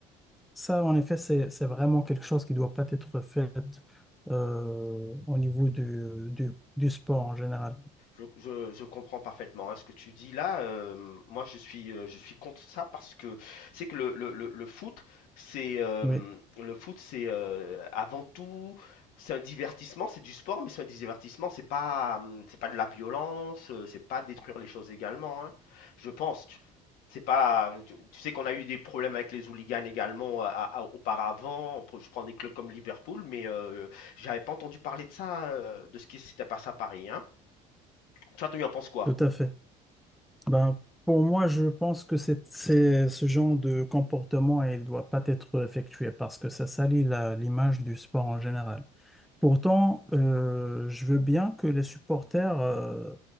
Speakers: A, in the centre; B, on the left.
A: ça, en effet, c'est, c'est vraiment quelque chose qui doit pas être fait euh, au niveau du, du, du sport en général.
B: Je, je- je comprends parfaitement hein, ce que tu dis là. euh, moi, je suis, euh, je suis contre ça parce que c'est que le, le, le, le foot, c'est euh,
A: Oui,
B: le foot, c'est euh, avant tout, c'est un divertissement, c'est du sport, mais c'est un divertissement. C'est pas, hum, c'est pas de la violence, euh, c'est pas détruire les choses également. hein. je pense. Tu- C'est pas, tu, tu sais qu'on a eu des problèmes avec les hooligans également euh, à- à- auparavant. Je prends des clubs comme Liverpool, mais euh, j'avais pas entendu parler de ça, euh, de ce qui s'était passé à Paris. hein. Toi, tu en penses quoi?
A: tout à fait. Ben, pour moi, je pense que c'est, c'est ce genre de comportement, il doit pas être effectué parce que ça salit la- l'image du sport en général. Pourtant, euh, je veux bien que les supporters, euh,